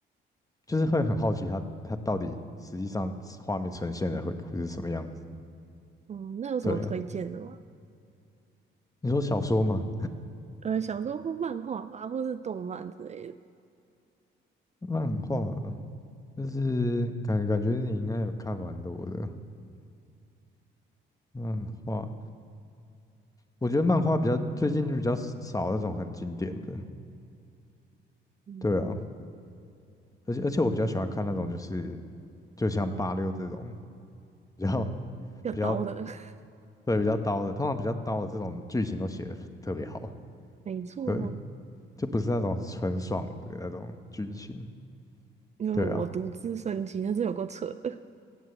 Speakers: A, on the left; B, on the right.
A: 就是会很好奇它它到底实际上画面呈现的会会是什么样子。
B: 嗯，那有什么推荐的吗？
A: 对啊，你说小说吗？
B: 呃，小说或漫画吧，或是动漫之类的，
A: 漫画，但是感感觉你应该有看蛮多的漫画，我觉得漫画比较最近就比较少那种很经典的，
B: 嗯，
A: 对啊，而且而且我比较喜欢看那种就是就像八六这种比较
B: 要刀的，
A: 比较
B: <laughs>
A: 对比较刀的，通常比较刀的这种剧情都写的特别好，
B: 没错，
A: 对，就不是那种纯爽的那种剧情，
B: 因为我独自升级，
A: 对啊，
B: 那是有够扯的。